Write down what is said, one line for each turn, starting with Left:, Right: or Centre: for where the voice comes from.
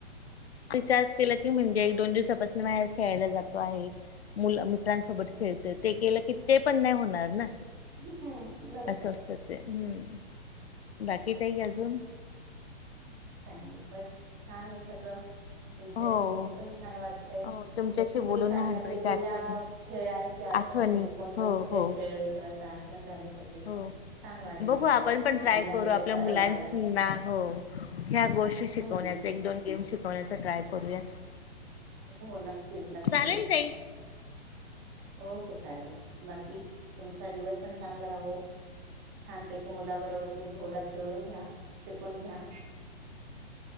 Left: रिचार्ज केलं की म्हणजे एक, दोन दिवसापासून बाहेर खेळायला जातो आहे. मुल मित्रांसोबत खेळतय ते केलं की ते पण नाही होणार ना.
Right: हम्म बरोबर
Left: अस असत ते हम्म. बाकी ताई अजून?
Right: काही नाही बस छान आहे सगळं. तुमच्याशी
Left: हो
Right: बोलून पण छान वाटतय
Left: हो तुमच्याशी
Right: खूप दिवसांनी
Left: बोलून लहानपणीच्या
Right: आपल्या जुन्या
Left: आठवणी
Right: खेळांच्या आठवण
Left: आठवणी
Right: झाली कोण-कोणती
Left: हो
Right: खेळ
Left: हो
Right: खेळलेलो अस आठवण झाली. सगळी
Left: हो
Right: छान वाटली
Left: बघू
Right: ती
Left: आपण
Right: एक
Left: पण ट्राय
Right: जुन्या
Left: करू
Right: याच्यात
Left: आपल्या मुलांनां
Right: रमायला
Left: हो ह्या गोष्टी
Right: हम्म
Left: शिकवण्याचा एक दोन गेम शिकवण्याचा ट्राय करूयात.
Right: हो नक्कीच नक्कीच!
Left: चालेल ताई
Right: ओके चालेल बाकी तुमचा दिवस पण चांगला राहो. छानपैकी मुलाबरोबर तुम्ही भोवरा खेळून घ्या शिकून घ्या.